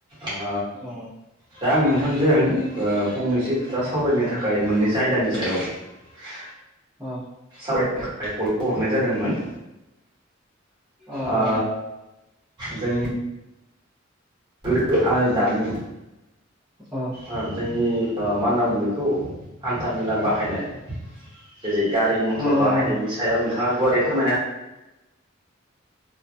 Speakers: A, on the right; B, in the centre.
A: आ
B: अ
A: दा आं नोंथांजों ओ फंनैसो खोथा सावरायनो थाखाय मोननैसो आयदानि सायाव <unintelligible>
B: अ
A: सावरायनो थाखाय कलखौ हरनाय जादोंमोन
B: अ
A: ओ
B: अ
A: जोंनि गोदो आरो दानि
B: अ
A: ओ नि मा होनना बुंड़ो बेखौ हान्थामेला बाहायनाय जेरै गारि मथर
B: उम उम
A: बाहायनायनि
B: उम
A: सायाव नोंथाङा गुवारै फोरमायनो